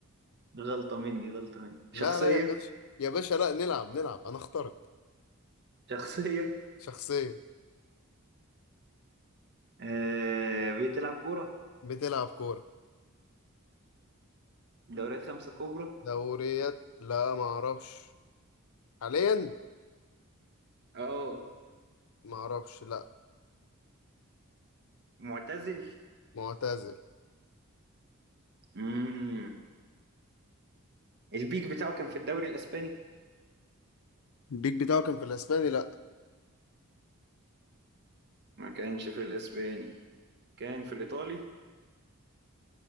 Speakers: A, on the right; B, on the left.
A: غلطة مني غلطة مني شخصية
B: لا لا يا باشا يا باشا لا نلعب نلعب انا اخترت
A: شخصية
B: شخصية
A: آه بتلعب كورة
B: بتلعب كورة
A: دوريات خمسة كبرى
B: دوريات لا ما اعرفش حاليا
A: اه
B: ما اعرفش لا
A: معتزل
B: معتزل
A: امم البيك بتاعه كان في الدوري الاسباني
B: البيك بتاعه كان في الاسباني لا
A: ما كانش في الاسباني كان في الايطالي